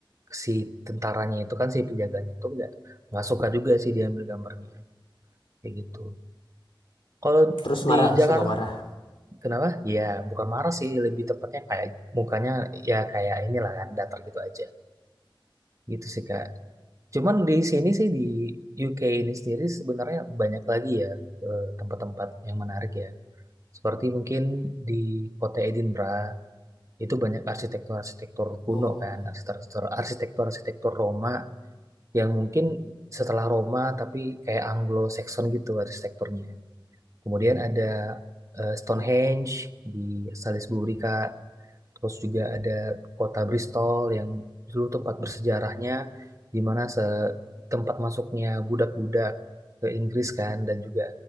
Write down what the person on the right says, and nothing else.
si tentaranya itu kan si penjaganya itu nggak nggak suka juga sih diambil gambarnya kayak gitu. Kalau
di
Jakarta
kenapa? Ya bukan marah sih, lebih tepatnya kayak mukanya ya kayak inilah kan datar gitu aja. Gitu sih, Kak. Cuman di sini sih di UK ini sendiri sebenarnya banyak lagi ya eh, tempat-tempat yang menarik ya. Seperti mungkin di kota Edinburgh itu banyak arsitektur-arsitektur kuno
kan, arsitektur arsitektur-arsitektur Roma yang mungkin setelah Roma tapi kayak Anglo-Saxon gitu arsitekturnya. Kemudian ada eh, Stonehenge
di Salisbury Kak. Terus juga ada kota Bristol yang dulu tempat bersejarahnya, di mana se tempat masuknya budak-budak ke Inggris kan, dan juga